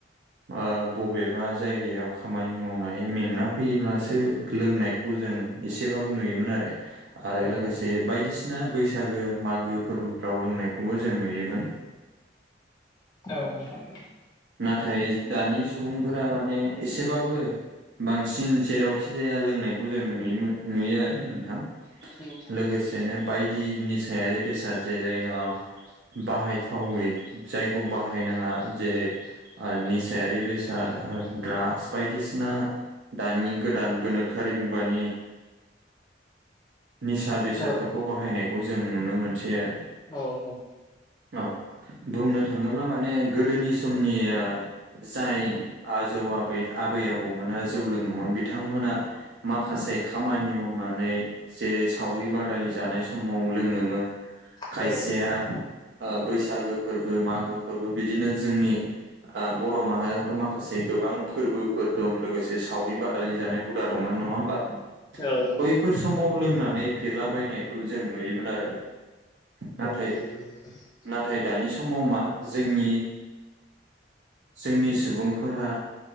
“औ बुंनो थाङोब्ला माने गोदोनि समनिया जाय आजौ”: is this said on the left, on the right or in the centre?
Right